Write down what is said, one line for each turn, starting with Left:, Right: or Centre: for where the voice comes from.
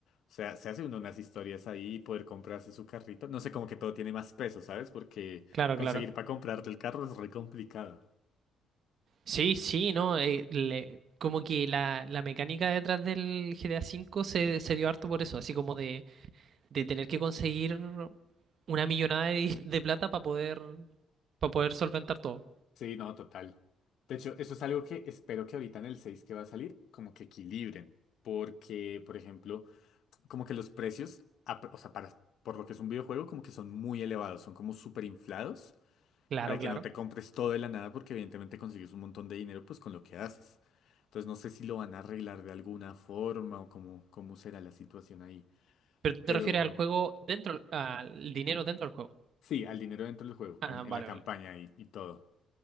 Left: O sea, se hace uno unas historias ahí y poder comprarse su carrito. No sé, como que todo tiene más peso, ¿sabes? Porque
Right: claro,
Left: conseguir
Right: claro.
Left: para comprarte el carro es re complicado.
Right: Sí, sí, no, eh, le- como que la, la mecánica detrás del GTA V se, se dio harto por eso, así como de, de tener que conseguir una millonada de, de plata para poder, para poder solventar todo.
Left: Sí, no, total. De hecho, eso es algo que espero que ahorita en el 6 que va a salir, como que equilibren. Porque, por ejemplo, como que los precios, a- o sea, para, por lo que es un videojuego, como que son muy elevados, son como súper inflados.
Right: Claro,
Left: Para que
Right: claro.
Left: no te compres todo de la nada, porque evidentemente consigues un montón de dinero pues con lo que haces. Entonces no sé si lo van a arreglar de alguna forma o cómo, cómo será la situación ahí.
Right: Pero tú te
Left: Pero
Right: refieres al juego dentro, al dinero dentro del juego.
Left: sí, al dinero dentro del juego,
Right: Ah,
Left: en,
Right: vale,
Left: en la campaña
Right: vale.
Left: y, y todo.